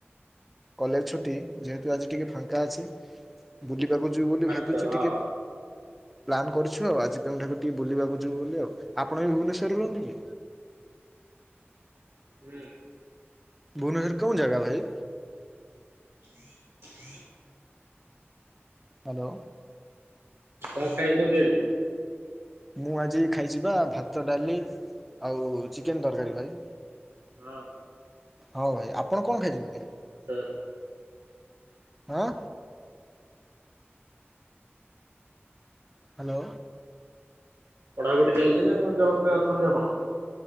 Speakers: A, in the centre; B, on the right.
A: କଲେଜ୍ ଛୁଟି ଯେହେତୁ ଆଜି ଟିକେ ଫାଙ୍କା ଅଛି ବୁଲିବାକୁ ଯିବୁ ବୋଲି
B: ଆଚ୍ଛା
A: ଭାବୁଚୁ
B: ହଁ
A: ଟିକେ ପ୍ଲାନ୍ କରିଛୁ ଆଉ ଆଜି କେଉଁଠାକୁ ଟିକେ ବୁଲିବାକୁ ଯିବୁ ବୋଲି ଆଉ। ଆପଣ ବି ଭୁବନେଶ୍ୱରରେ ରୁହନ୍ତି କି?
B: ହୁଁ।
A: ଭୁବନେଶ୍ୱର କୋଉଁ ଜାଗା ଭାଇ?
B: ଜ ଜ
A: ହାଲୋ।
B: କଁ ଖାଇଛନ୍ତି ଆଜି?
A: ମୁଁ ଆଜି ଖାଇଚି ପା ଭାତ ଡାଲି ଆଉ ଚିକେନ୍ ତରକାରୀ ଭାଇ।
B: ହଁ।
A: ହଁ ଭାଇ ଆପଣ କଁ ଖାଇଛନ୍ତି?
B: ଆଚ୍ଛା ଆଚ୍ଛ୍
A: ଅଁ? ହାଲୋ।
B: ପଢ଼ାପଢି ଚାଲିଚି ନାଁ କଣ ଜବ୍ ପାଇ ଅଛନ୍ତି ଆପଣ?